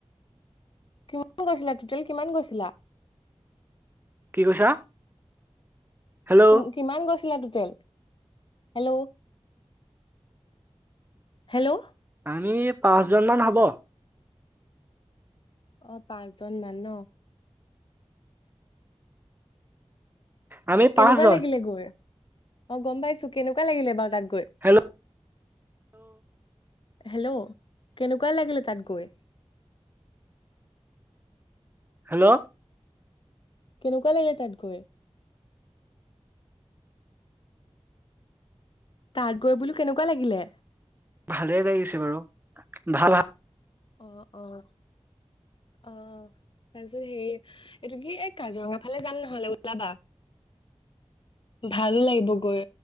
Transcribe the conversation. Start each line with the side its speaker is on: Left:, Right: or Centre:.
Left: কিমান গৈছিলা টোটেল? কিমান গৈছিলা?
Right: কি কৈছা হেল্ল'
Left: তুম, কিমান গৈছিলা <inaudible> হেল্ল'। হেল্লো'।
Right: আমি পাঁচজনমান হ'ব।
Left: অ' পাঁচজন মান ন?
Right: আমি পাঁচজন
Left: কেনেকুৱা লাগিলে গৈ? অ' গম পাইছো। কেনেকুৱা লাগিলে বাৰু তাত গৈ?
Right: হেল্ল'
Left: হেল্লো', কেনেকুৱা লাগিলে তাত গৈ?
Right: হেল্ল'।
Left: কেনেকুৱা লাগিলে তাত গৈ? তাত গৈ বোলো কেনেকুৱা লাগিলে?
Right: ভালে লাগিছে বাৰু ভাল হা
Left: অ', অ'। অ', তাৰপিছত হে এইটো কি এই কাজিৰঙা ফালে যাম নহ'লে ওলাবা, ভালো লাগিব গৈ,